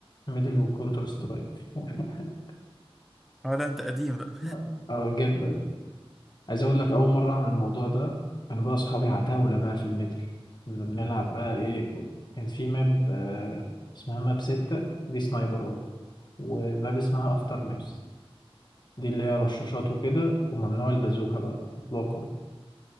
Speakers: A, on the left; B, in the centre.
A: ميدل وكونتر سترايك <laughs>
B: أه لا أنت قديم بقى
A: لا، اه جدا عايز اقول لك اول مره اعمل الموضوع ده كان بقى اصحابي عتاوله بقى في الميدل كنا بنلعب بقى ايه كان في ماب آه، اسمها ماب ستة دي سنايبرات وماب اسمها افتر ماس دي اللي هي رشاشات وكده وممنوع البازوكا بقى اطلاقا